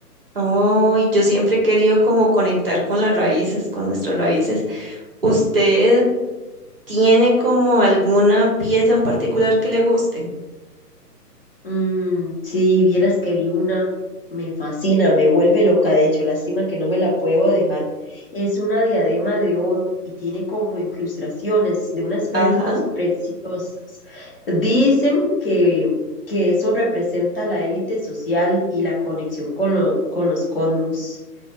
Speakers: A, on the right (about 40°); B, on the left (about 35°).
A: Oh, y yo siempre he querido como conectar con las raíces, con nuestras raíces. ¿Usted tiene como alguna pieza en particular que le guste?
B: Mm, sí, vieras que vi una, me fascina, me vuelve loca, de hecho, lástima que no me la puedo dejar. Es una diadema de oro y tiene como incrustaciones de unas perlitas
A: Ajá.
B: preciosas. Dicen que, que eso representa la élite social y la conexión con, lo- con los cosmos.